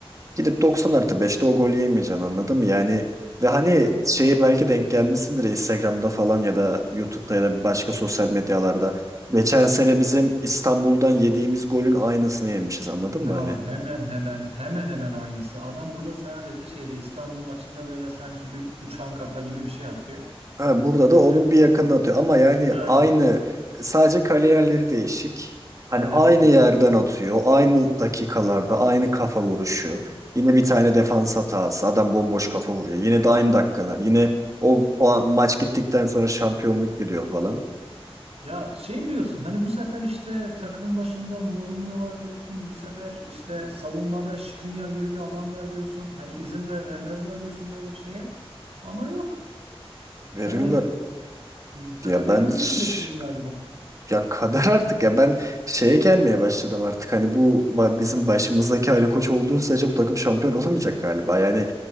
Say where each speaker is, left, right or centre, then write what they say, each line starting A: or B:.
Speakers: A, on the right; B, on the right.
A: Gidip 90 artı 5'te o golü yemeyeceksin anladın mı? Yani ve hani şeyi belki denk gelmişsindir Instagram'da falan ya da YouTube'da ya da başka sosyal medyalarda. Geçen sene bizim İstanbul'dan yediğimiz golün aynısını yemişiz anladın
B: Ya
A: mı? Hani
B: hemen hemen hemen hemen aynısı. Adam burada sadece şeyde İstanbul maçında böyle sanki bir uçan kafa gibi bir şey atıyor.
A: Ha, burada
B: Evet,
A: da onun bir yakınına atıyor. Ama yani
B: Aynen.
A: aynı sadece kale yerleri değişik. Hani
B: Evet
A: aynı
B: ya.
A: yerden atıyor. Aynı dakikalarda aynı kafa vuruşu. Yine bir tane defans hatası. Adam bomboş kafa vuruyor. Yine de aynı dakikalar. Yine o, o maç gittikten sonra şampiyonluk gidiyor falan.
B: Ya şey diyorsun hani bu sefer işte takımın başında Mourinho var diyorsun. Bu sefer işte savunmada Skriniar gibi bir adam var diyorsun. Hani izin ve vermezler diyorsun böyle bir şeye. Ama yok.
A: Veriyorlar.
B: Yani m, kaderimiz
A: Ya ben ş-
B: böyle bizim galiba.
A: Ya kadar artık ya ben şeye gelmeye başladım artık hani bu ba- bizim başımızdaki Ali Koç olduğu sürece bu takım şampiyon olamayacak galiba. Yani